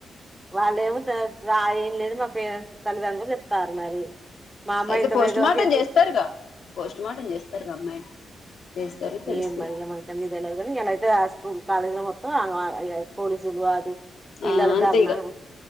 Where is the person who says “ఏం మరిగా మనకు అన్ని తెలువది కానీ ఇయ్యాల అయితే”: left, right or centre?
Right